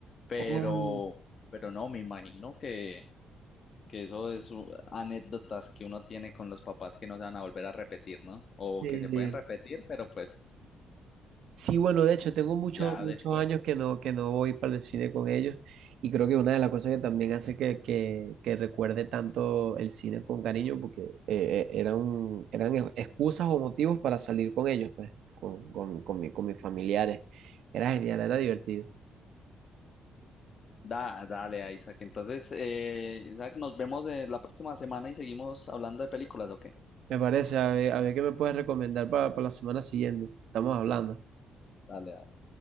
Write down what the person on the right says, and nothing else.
Oh,
sí.
Sí, bueno, de hecho, tengo muchos,
muchos
años que no, que no voy para el cine con ellos y creo que una de las cosas que también hace que, que, que recuerde tanto el cine con cariño, porque eh, eh, eran, eran e- excusas o motivos para salir con ellos, pues, con, con, con, mi- con mis familiares. Era genial, era divertido.
Me parece, a ver, a ver qué me puedes recomendar para, para la semana siguiente. Estamos hablando.